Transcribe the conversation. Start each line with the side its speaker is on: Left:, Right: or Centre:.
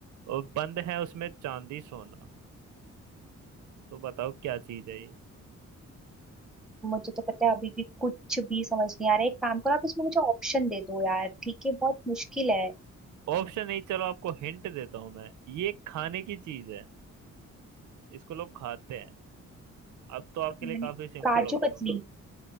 Right: और बंद है उसमें चांदी सोना तो बताओ क्या चीज है ये
Centre: मुझे तो पता है अभी भी कुछ भी समझ नहीं आ रहा है एक काम करो आप इसमें मुझे ऑप्शन दे दो यार ठीक है बहुत मुश्किल है
Right: ऑप्शन नहीं चलो आपको हिंट देता हूं मैं ये खाने की चीज है इसको लोग खाते हैं अब तो आपके
Centre: खाने
Right: लिए काफी सिंपल
Centre: काजू
Right: हो गया
Centre: कतली
Right: होगा